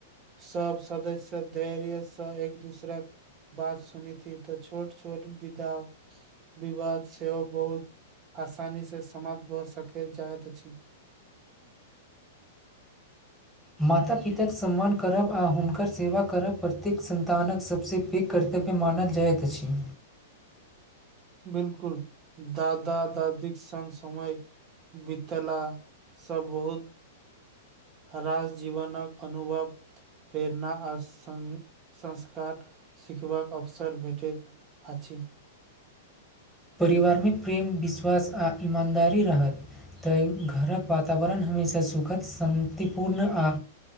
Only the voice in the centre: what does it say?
माता पिता के सम्मान करब आ हुनकर सेवा करब पड़त सन्तान कऽ सभसँ पैघ कर्तव्य मानल जाइत अछि
परिवारमे प्रेम विश्वास आ ईमानदारी रहत। तऽ घर के वातावरण हमेशा सुखद शान्तिपूर्ण आ